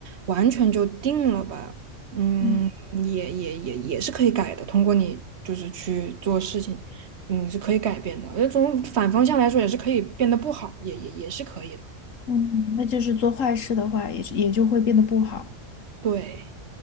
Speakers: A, on the right (about 60°); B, on the left (about 80°).
A: 完全就定了吧，嗯，
B: 嗯
A: 也也也也是可以改的，通过你就是去做事情，嗯，是可以改变的。那从反方向来说，也是可以变得不好，也也也是可以的。
B: 嗯，那就是做坏事的话，也是也就会变得不好。
A: 对，